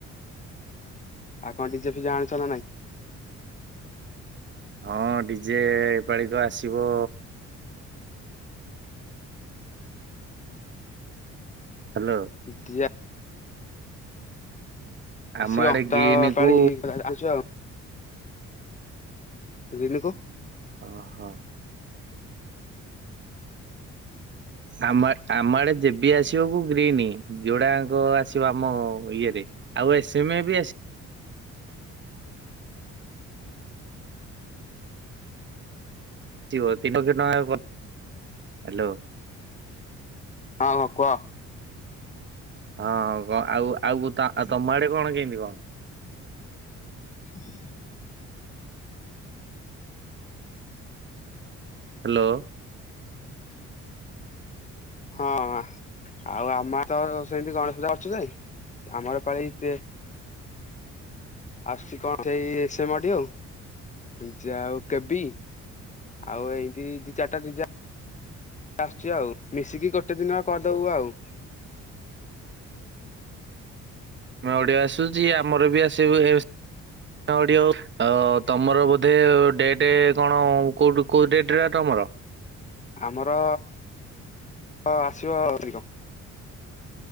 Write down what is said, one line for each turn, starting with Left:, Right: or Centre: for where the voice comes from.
Left: ଆଉ କଣ ଡିଜେ ଫିଜେ ଜାଣିଛ ନା ନାଇଁ?
Right: ହଁ ଡିଜେ ଏପାଳିକ ଆସିବ ହ୍ୟାଲୋ।
Left: ଡିଜା
Right: ଆମ
Left: ଆସିବ
Right: ଆଡେ ଗିନି
Left: ତା ପାଳି
Right: କୁ
Left: ଆକୁଛି ଆଉ। ରିନିକୁ
Right: ଓହୋ। ଆମ ଆମ ଆଡେ ଯେବି ଆସିବା କୁ ଗ୍ରୀନ ଯୋଡା ଆଙ୍କ ଆସିବ ଆମ ଇଏରେ। ଆଉ ଏସ ଏମ ବି ଆସ ଜିବ ତିନକ୍ଷ ଟଙ୍କା ହ୍ୟାଲୋ।
Left: ହଁ ହଁ କୁଅ।
Right: ହଁ ଆଉ ଆଉ ତମ ଆଡେ କଣ କେମିତି କଣ?
Left: ଆଛା
Right: ହ୍ୟାଲୋ।
Left: ହଁ ଆଉ ଆମ ତ ସେମିତି ଗଣେଶ ପୂଜା କରୁଛୁ ଯେ ଆମର ପାଳି ତେ ଆସୁଛି କଣ ଏଠି ଏସ ଏମ ଅଡିଓ ପିଜା ଆଉ କେବି ଆଉ ଏମିତି ଦି ଚାରିଟା ଡି ଆସୁଛି ଆଉ ମିଶିକି ଗୋଟେ ଦିନ କରିଦେବୁ ଆଉ।
Right: ନୂଆ ଅଡ଼ିଓ ଆସୁଛି ଆମର ବି ଆସିବୁ ନୂଆ ଅଡ଼ିଓ ଅ ତମର ବୋଧେ ଡେଟେ କଣ କୋଉ କୋଉ ଡେଟା ତମର?
Left: ଆମର ଅ ଆସିବ ଅଧିକ